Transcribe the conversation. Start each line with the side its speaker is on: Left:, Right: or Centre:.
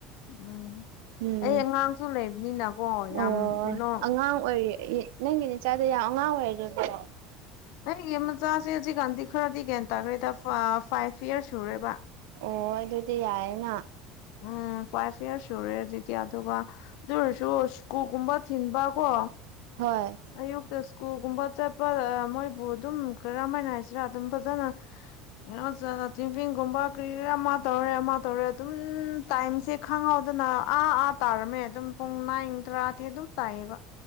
Left: ꯎꯝ
Right: ꯎꯝ
Left: ꯑꯩ ꯑꯉꯥꯡꯁꯨ ꯂꯩꯕꯅꯤꯅꯀꯣ ꯌꯥꯝ
Right: ꯑꯣ
Left: ꯀꯩꯅꯣ
Right: ꯑꯉꯥꯡ ꯑꯣꯏꯔꯤ ꯑꯦ ꯅꯪꯒꯤꯅꯦ ꯅꯆꯥꯗꫭ ꯌꯥꯝ ꯑꯉꯥꯡ ꯑꯣꯏꯔꯤꯀꫭ
Left: ꯑꯩꯒꯤ ꯃꯆꯥꯁꯦ ꯍꯧꯖꯤꯛꯀꯥꯟꯗꯤ ꯈꯔꯗꯤ ꯒ꯭ꯌꯥꯟ ꯇꯥꯔꯦꯗ <unintelligible> ꯐꯥꯏꯞ ꯌꯔꯁ ꯁꯨꯔꯦꯕ
Right: ꯑꯣ ꯑꯗꯨꯗꯤ ꯌꯥꯏꯅ
Left: ꯎꯝ ꯐꯥꯏꯞ ꯌꯔꯁ ꯁꯨꯔꯦ ꯍꯧꯖꯤꯛ <unintelligible> ꯑꯗꯨꯒ ꯑꯗꯨ ꯑꯣꯏꯔꯁꯨ ꯁ꯭ꯀꯨꯒꯨꯝꯕ ꯊꯤꯟꯕ ꯀꯣ
Right: ꯍꯣꯏ
Left: ꯑꯌꯨꯛꯇ ꯁ꯭ꯀꯨꯜꯒꯨꯝꯕ ꯆꯠꯄ ꯃꯣꯏꯕꯨ ꯑꯗꯨꯝ ꯀꯔꯝ ꯍꯥꯏꯅ ꯍꯥꯏꯁꯤꯔ ꯑꯗꯨꯝ ꯐꯖꯅ <unintelligible> ꯒꯨꯝꯕ ꯀꯔꯤꯔ ꯑꯃ ꯇꯧꯔꯦ ꯑꯃ ꯇꯧꯔꯦ ꯑꯗꯨꯝ ꯇꯥꯏꯝꯁꯦ ꯈꯪꯍꯧꯗꯅ ꯑꯥ ꯑꯥ ꯇꯥꯔꯝꯃꯦ ꯑꯗꯨꯝ ꯄꯨꯡ ꯅꯥꯏꯟ ꯇꯔꯥꯗꯤ ꯑꯗꯨꯝ ꯇꯥꯏꯌꯦꯕ